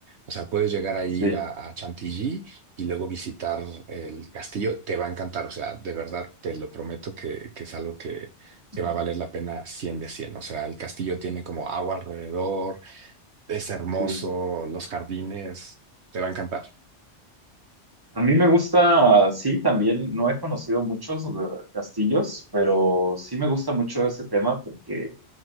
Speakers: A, on the right (about 65°); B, on the right (about 20°).
A: O sea, puedes llegar ahí
B: sí,
A: a, a Chantilly y luego visitar el castillo. Te va a encantar. O sea, de verdad te lo prometo que, que es algo que, que
B: ujú,
A: va a valer la pena 100 de cien O sea, el castillo tiene como agua alrededor. Es hermoso,
B: sí.
A: los jardines, te va a encantar.
B: A mí me gusta, sí, también, no he conocido muchos eh, castillos, pero sí me gusta mucho ese tema porque